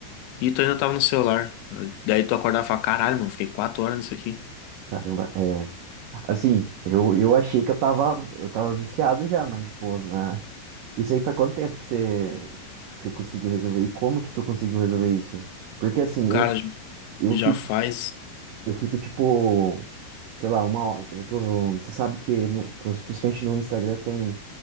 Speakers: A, on the left; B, on the right.
A: E tu ainda tava no celular. Daí tu acordava e falava, caralho, mano, fiquei quatro horas nisso aqui.
B: caramba, é. Assim, eu, eu achei que eu tava, eu tava viciado já, mas, pô, na- isso aí faz quanto tempo que você, que você conseguiu resolver? E como que tu conseguiu resolver isso? Porque, assim,
A: Cara,
B: eu,
A: já
B: eu
A: já
B: fico,
A: faz.
B: eu fico, tipo, sei lá, uma hora, eu tô, você sabe que, no, principalmente no Instagram, tem